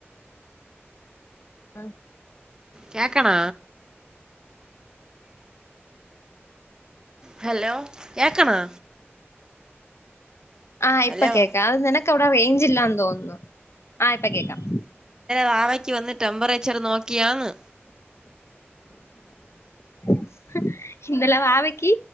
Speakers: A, on the left (about 80°); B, on the right (about 15°).
A: ആഹ്
B: കേക്കണാ ഹലോ കേക്കണാ
A: ആ
B: ഹലോ
A: ഇപ്പ കേൾക്കാം അത് നിനക്ക് അവിടെ റേഞ്ച് ഇല്ലാന്ന് തോന്നുന്നു ആ ഇപ്പോ കേൾക്കാം
B: വാവക്ക് വന്ന് ടെമ്പറേച്ചർ നോക്കിയാന്ന്
A: ആഹ് ഇന്നലെ വാവക്ക്